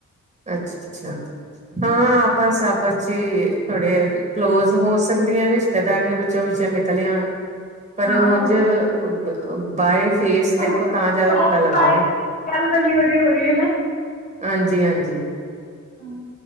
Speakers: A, on the right; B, on the left.
A: ਅੱਛਾ- ਅੱਛਾ। ਹਾਂ ਆਪਸ- ਆਪਸ ਸੀ ਥੋੜੇ ਕਲੋਜ ਹੋ ਸਕਦੀਆਂ ਰਿਸ਼ਤੇਦਾਰੀਆਂ ਵਿੱਚੋਂ -ਵਿੱਚੋਂ ਨਿਕਲ ਆਣ। ਪਰ
B: ਹਾਂ
A: ਉੰਝ।
B: ਹੋ ਸਕਦਾ
A: ਹਾਂ। <unintelligible> ਬਾਏ ਫੇਸ ਦੇਖੋ
B: ਬਾਏ
A: ਤਾਂ ਜਿਆਦਾ ਪਤਾ ਲੱਗਦਾ
B: ਬਾਏ
A: ਨਾ।
B: ਗੱਲ ਕਰਨੀ ਵਧੀਆ ਹੋ ਰਹੀ
A: ਹਾਂਜੀ-ਹਾਂਜੀ
B: ਹਮ।